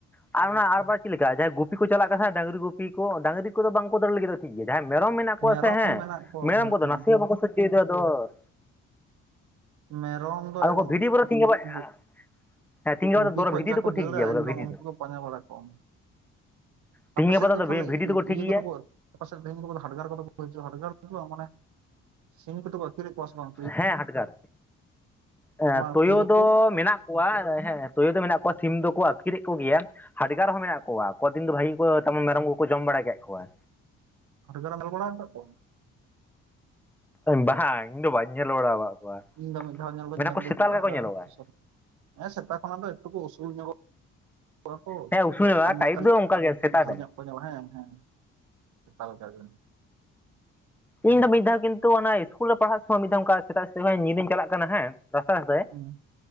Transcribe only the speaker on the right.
ᱢᱮᱨᱚᱢ
ᱢᱮᱱᱟᱜ ᱠᱚᱣᱟ
ᱦᱮᱸ
ᱢᱮᱨᱚᱢ ᱫᱚ
ᱮᱠᱫᱚᱢ
ᱜᱩ-
ᱜᱩᱯᱤ
ᱠᱷᱚᱡ
ᱡᱟ
ᱠᱚ ᱫᱟᱹᱲᱟ
ᱮᱠᱫᱚᱢ
ᱩᱱᱠᱩ
ᱜᱮ ᱯᱟᱸᱡᱟ ᱵᱟᱲᱟ ᱠᱚᱢ
ᱟᱯᱮᱥᱮᱫ
ᱫᱚ ᱛᱟᱦᱚᱞᱮ
ᱤ
ᱤᱭᱟᱹ
ᱠᱚᱫᱚ ᱠᱚ ᱟᱯᱮ ᱥᱮᱫ <inaudible> ᱠᱚ ᱦᱟᱰᱜᱟᱨ ᱠᱚᱫᱚ ᱠᱚ ᱦᱤᱡᱩᱜᱼᱟ ᱦᱟᱰᱜᱟᱨ ᱠᱚᱫᱚ ᱢᱟᱱᱮ ᱥᱤᱢ <inaudible> ᱟᱛᱠᱤᱨᱤ ᱠᱚᱣᱟ ᱥᱮᱵᱟᱝ?
ᱵᱟᱝ
ᱠᱚ
ᱦᱟᱰᱜᱟᱨ ᱮᱢ ᱧᱮᱞ ᱵᱟᱲᱟᱣ ᱠᱟᱜ ᱠᱚᱣᱟ?
ᱤᱧ ᱫᱚ ᱢᱤᱫ ᱫᱷᱟᱣ ᱧᱮᱞ ᱫᱚᱧ
ᱧᱮᱞ
ᱞᱮᱫᱤᱭᱟ
ᱟᱞᱮ
ᱟᱛᱳ ᱥᱩᱨ ᱨᱮ ᱦᱮᱸ ᱥᱮᱛᱟ ᱠᱷᱚᱱᱟᱜ ᱫᱚ ᱮᱠᱴᱩᱠᱚ ᱩᱥᱩᱞ ᱧᱚᱜᱚᱜ ᱠᱚ ᱠᱚᱣᱟ ᱠᱚ
ᱟᱨ <inaudible>
ᱡᱷᱟᱹᱞ
ᱧᱚᱜ ᱠᱚ ᱡᱟᱞᱟ ᱦᱮᱸ ᱦᱮᱸ ᱥᱮᱛᱟ ᱞᱮᱠᱟ ᱜᱮ।
ᱦᱩᱸ᱾